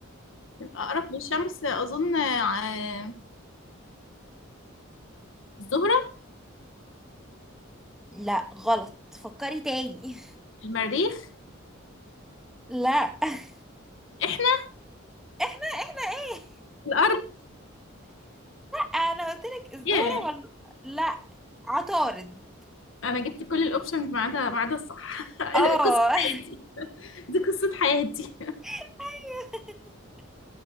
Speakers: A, on the left; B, in the centre.
A: الاقرب للشمس اظن آه الزهرة
B: لا غلط فكري تاني
A: المريخ
B: لا <laughs>
A: احنا
B: احنا احنا ايه
A: الارض
B: انا قلت لك الزهرة
A: ياه
B: ولا لا عطارد
A: انا جبت كل الاوبشنز ما عدا ما عدا الصح <laughs>
B: اه
A: قصة حياتي دي قصة حياتي
B: <laughs>